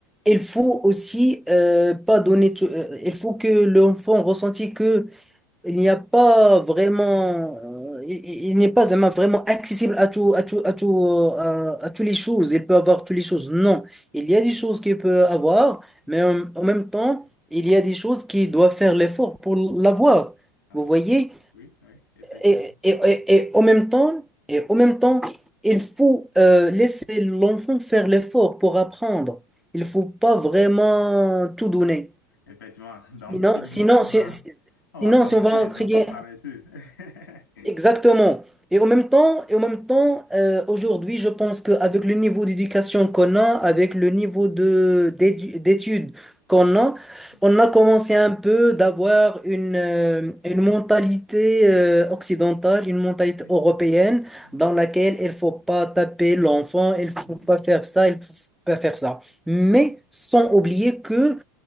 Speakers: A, in the centre; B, on the left.
A: Il faut aussi euh, pas donner tout- euh, il faut que l'enfant ressente que il n'y a pas vraiment, euh, il, il- il n'est pas vraiment vraiment accessible à tout, à tout, à tout, euh, à, à toutes les choses. Il peut avoir toutes les choses. Non, il
B: Mhm.
A: y a des choses qu'il peut avoir,
B: Mhm.
A: mais en,
B: mhm.
A: en même temps, il y a des choses qui doivent faire l'effort pour l'avoir.
B: À
A: Vous
B: voir.
A: voyez?
B: Oui, oui, effectivement.
A: Et, et, et, et en même temps, et en même temps, il faut euh, laisser l'enfant faire l'effort pour apprendre. Il faut pas vraiment tout donner.
B: Effectivement. Donc,
A: Sinon,
B: sinon,
A: sinon,
B: on
A: si-
B: va,
A: si-
B: on va
A: sinon,
B: fabriquer
A: si on va
B: les
A: créer
B: enfants paresseux. <laughs>
A: Exactement. Et en même temps, et en même temps, euh, aujourd'hui, je pense qu'avec le niveau d'éducation qu'on a, avec le niveau de d'édu- d'études qu'on
B: Oui.
A: a,
B: Mhm.
A: on a commencé un peu d'avoir une, euh, une mentalité euh, occidentale, une mentalité
B: OK.
A: européenne,
B: Mhm.
A: dans laquelle il faut pas taper l'enfant, il faut
B: Mhm.
A: pas faire ça, il faut pas faire ça. Mais
B: Oui.
A: sans oublier que euh,